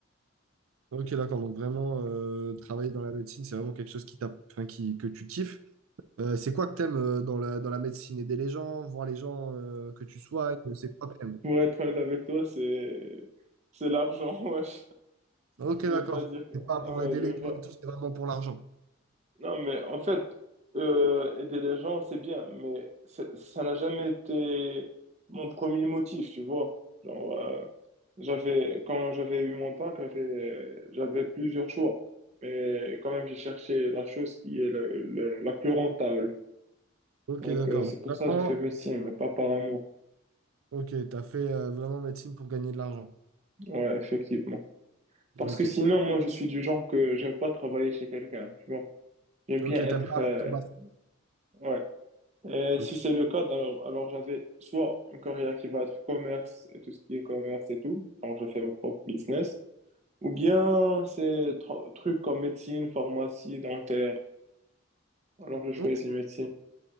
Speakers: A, on the right; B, on the right.
A: Ok, d'accord. Donc, vraiment, euh, travailler dans la médecine, c'est vraiment quelque chose qui t'a, enfin, qui, que tu kiffes. Euh, c'est quoi que t'aimes euh, dans la, dans la médecine? Aider les gens, voir les gens euh, que tu soignes, c'est quoi que t'aimes?
B: Pour être honnête avec toi, c'est, c'est l'argent, <laughs> wesh.
A: Ok,
B: Je
A: d'accord.
B: vais pas dire que,
A: C'est pas pour
B: ouais,
A: aider
B: je
A: les
B: vais pas,
A: gens du tout, c'est vraiment pour l'argent.
B: Non, mais en fait, euh, aider les gens, c'est bien, mais c'est- ça n'a jamais été mon premier motif, tu vois. Genre, euh, j'avais, quand j'avais eu mon bac, j'avais, j'avais plusieurs choix, mais quand même, j'ai cherché la chose qui est le- le- la plus rentable.
A: Ok,
B: Donc,
A: d'accord.
B: euh, c'est
A: Donc,
B: pour ça que
A: vraiment,
B: j'ai fait médecine, mais pas par amour.
A: ok, t'as fait euh, vraiment médecine pour gagner de l'argent.
B: Ouais, effectivement. Parce
A: Ok.
B: que sinon, moi, je suis du genre que j'aime pas travailler chez quelqu'un, tu vois. J'aime
A: Ok,
B: bien être,
A: t'aimes pas
B: euh,
A: avoir ton patron.
B: ouais. Et
A: Ok,
B: si c'est le cas, alors, alors j'avais soit une carrière qui va être commerce et tout ce qui est commerce et tout, alors je fais mon propre business, ou bien c'est tr- trucs comme médecine, pharmacie, dentaire, alors je choisis
A: ok,
B: médecine.